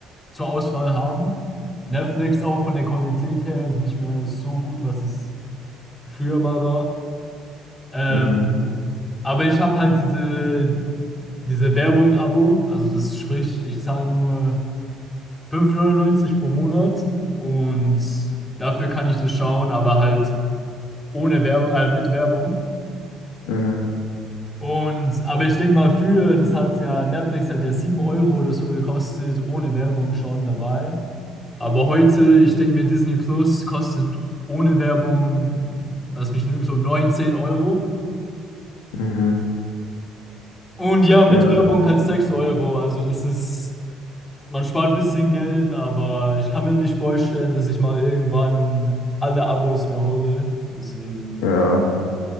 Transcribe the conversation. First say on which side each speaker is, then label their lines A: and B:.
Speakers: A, on the left; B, on the left.
A: zur Auswahl haben. Netflix auch von der Qualität her ist nicht mehr so gut, was es früher mal war. Ähm,
B: Mhm,
A: aber ich habe halt diese, diese Werbung-Abo, also das sprich, ich zahle nur 5,99 pro Monat und dafür kann ich das schauen, aber halt ohne Wer äh, mit Werbung.
B: mhm,
A: Und, aber ich denke mal, für, das hat ja, Netflix hat ja 7 Euro oder so gekostet, ohne Werbung schon dabei. Aber heute, ich denke mir, Disney Plus kostet ohne Werbung, lass mich lügen, so 19 Euro.
B: mhm.
A: Und ja, mit
B: Ja.
A: Werbung halt 6 Euro. Also das ist, man spart ein bisschen Geld, aber ich kann mir nicht vorstellen, dass ich mal irgendwann alle Abos mir hole. Deswegen.
B: Ja,